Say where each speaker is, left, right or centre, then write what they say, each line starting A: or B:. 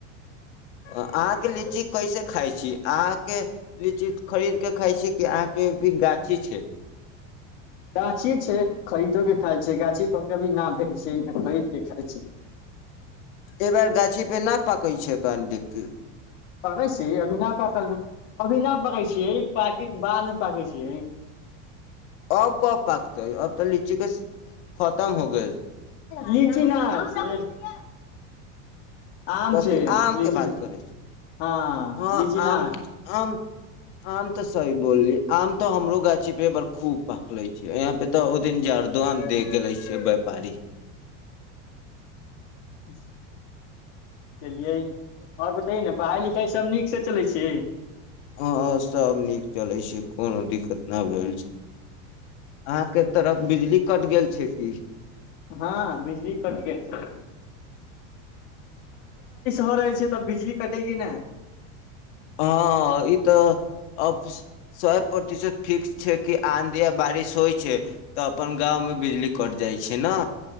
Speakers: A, on the left; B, on the left.
A: अहांके लीची कैसे खाइ छी अहांके लीची खरीद के खाय छियै कि अहांके भी गाछी छै।
B: गाछी छै खरीदो के खाय छै गाछी पर कभी ना भेल छै, खरीद के खाइ छियै।
A: एहि बेर गाछी पे न पाकै छै कनडिकी
B: पकै छी अभी न पकल, अभी न पकै छियै, पाकै के बादमे पाकै छियै।
A: अब कब पाकतै, अब त लीची के खतम हो गइल।
B: लीची ना आनै छियै। आम
A: कथि
B: छै
A: आम
B: लीची
A: के बात
B: नै
A: करै छी,
B: हँ
A: हं
B: लीची
A: आम,
B: न
A: आम, आम त सही बोललियै, आम त हमरो गाछी पर एहिबेर खुब पाकले छै, इहां पर ते ओहि दिन जारदो आम दे गेले छै वेपारी।
B: बस केलियै, और बताइए न पढ़ाई लिखाई सब नीक से चलै छै। की
A: हां और सब नीक चलै छै, कोनो दिक्कत ना भेल छै। अहांके तरफ बिजली कटि गेल छै कि
B: हां बिजली कट गेल छै। हो रहै छै तऽ बिजली कटे कि नहि
A: हां इ त अब शत प्रतिशत फिक्स छै कि आंधी आ बारिश होइ छै त अपन गांव में बिजली कट जाय छै। छि ना